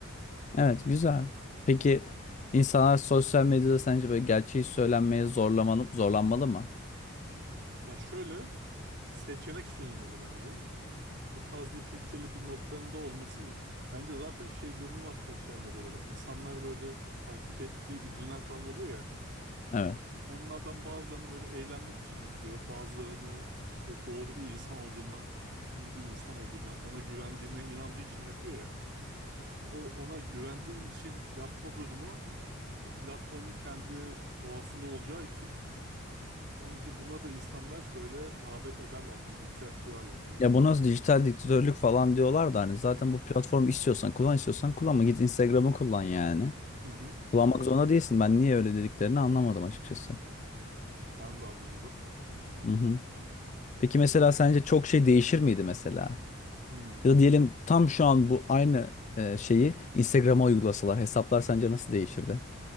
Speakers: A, on the left; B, on the right.
A: Evet, güzel. Peki insanlar sosyal medyada sence böyle gerçeği söylenmeye zorlamalı, zorlanmalı mı?
B: Ya şöyle seçenek sunulmalı bence. Bu tarz bir filtreli bir noktanın da olması iyi. Bence zaten şey durumu var sosyal medyada da. İnsanlar böyle takip ettiği ünlüler falan oluyor ya.
A: Evet.
B: Onlardan bazılarını böyle eğlenmek için yapıyor. Bazılarını işte doğru bir insan olduğuna, iyi bir insan olduğuna, ona güvendiğine inandığı için yapıyor ya. İşte o ona güvendiği için yapma durumu bu platformun kendi doğasında olacağı için Bence buna da insanlar böyle rağbet ederlerdi. Buna ihtiyaç duyarlardı gibi
A: Ya
B: geliyor.
A: bu nasıl dijital diktatörlük falan diyorlar da hani zaten bu platformu istiyorsan kullan istiyorsan kullanma git Instagram'ı kullan yani.
B: Hı hı.
A: Kullanmak zorunda değilsin. Ben niye öyle dediklerini anlamadım açıkçası.
B: Ya ben de anlamadım.
A: Hı hı. Peki mesela
B: Pe
A: sence çok şey değişir miydi mesela?
B: hı.
A: Ya da diyelim tam şu an bu aynı e, şeyi Instagram'a uygulasalar hesaplar sence nasıl değişirdi?